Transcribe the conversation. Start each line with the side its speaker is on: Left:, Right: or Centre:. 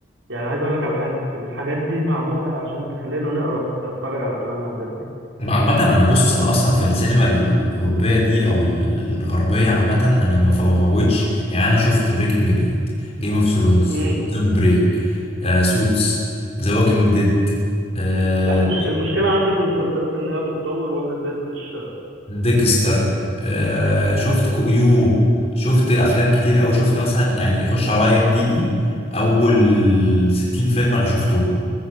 Right: يعني عايز اقول لك على حاجه الحاجات دي معموله عشان تخلينا نقرا نتفرج على الافلام اللي عندنا دي
Left: عامة أنا بص أنا أصلا في السينما الأوروبية دي أو الغربية عامة أنا ما بفوتش يعني أنا شفت بريكنج باد جيم اوف ثرونز
Right: امم
Left: بريزون بريك آه سوتس ذا ووكينج ديد آه
Right: لا المش... المشكله عندي في المسلسلات ان هي بتطول واحد بيفقد الشغف
Left: ديكستر آه شفت يو شفت أفلام كتير أوي شفت مثلا يعني يخش على أي إم دي بي أول 60 فيلم أنا شفتهم